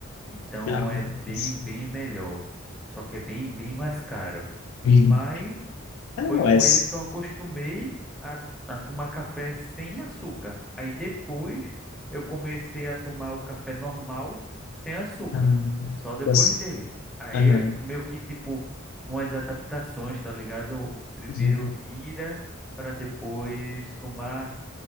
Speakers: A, in the centre; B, on the left.
A: então
B: Ah,
A: é bem,
B: mas...
A: bem melhor. Só que é bem, bem mais caro.
B: Uhum.
A: Mas
B: Ah,
A: foi
B: mas...
A: com ele que eu acostumei a, a tomar café sem açúcar. Aí depois eu comecei a tomar o café normal sem açúcar,
B: ah,
A: só depois
B: mas-
A: dele. Aí
B: aham,
A: eu- meio que tipo umas adaptações, tá ligado? Primeiro
B: uhum,
A: tira para depois tomar